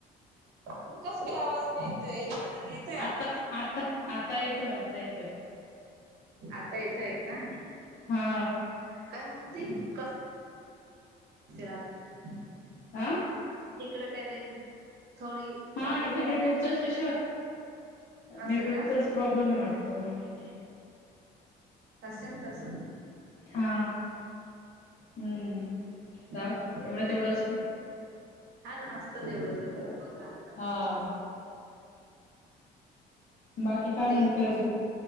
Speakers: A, on the right; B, on the left.
A: कस काय आवाज नाही येतय इकड तर येतोय आवाज
B: आता आता आता येतोय आता येतोय
A: आता येत आहे का
B: हा
A: काय म्हणती कस <inaudible>
B: आा
A: इकडं करे थोडी
B: हा
A: वाटतो
B: इथे
A: मला
B: नेटवर्कचाच
A: रेंज
B: आहेशर नेटवर्कचाच
A: असं का
B: प्रॉब्लेम आहे वाटतो मला इथे
A: असेल तर सल
B: हा हम्म
A: हम्म
B: जा एवढं तेवढं असत
A: हा ना असतं तेवढं तेवढं होत रात
B: हां बाकी काय म्हणते
A: ते
B: अजून